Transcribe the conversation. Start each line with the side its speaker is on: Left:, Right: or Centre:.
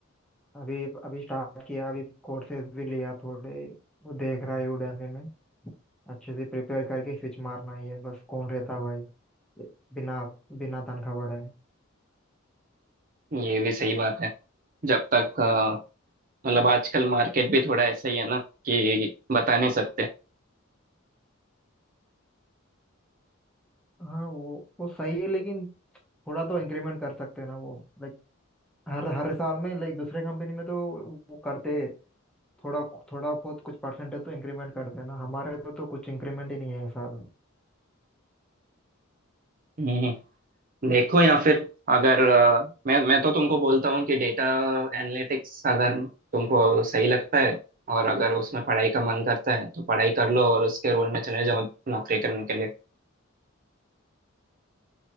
Centre: अभी अभी स्टार्ट किया अभी कोर्सेज भी लिया थोड़े वो देख रहा है udemy में अच्छे से प्रिपेयर करके स्विच मारना ही है बस कौन रहता भाई ये बिना बिना तनख्वाह बढ़ाए
Right: ये भी सही बात है जब तक अ, मतलब आजकल मार्केट भी थोड़ा ऐसा ही है ना कि बता नहीं सकते
Centre: हाँ वो वो सही है लेकिन थोड़ा तो इंक्रीमेंट कर सकते हैं ना वो लाइक हर हर साल में लाइक दूसरे कंपनी में तो वो करते थोड़ा थोड़ा बहुत कुछ परसेंटेज तो इंक्रीमेंट करते हैं ना हमारे तो, तो कुछ इंक्रीमेंट ही नहीं है इस साल
Right: हम्म, देखो या फिर अगर अ, मैं मैं तो तुमको बोलता हूँ कि डेटा एनालिटिक्स अगर तुमको सही लगता है और अगर उसमें पढ़ाई का मन करता है तो पढ़ाई कर लो और उसके रोल में चले जाओ नौकरी करने के लिए